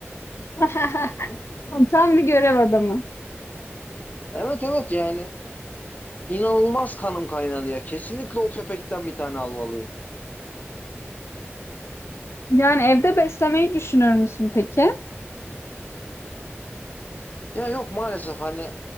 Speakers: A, on the left; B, on the left.
A: <laughs> Tam bir görev adamı.
B: Evet evet yani inanılmaz kanım kaynadı ya. Kesinlikle o köpekten bir tane almalıyım.
A: Yani evde beslemeyi düşünür müsün peki?
B: Ya yok maalesef hani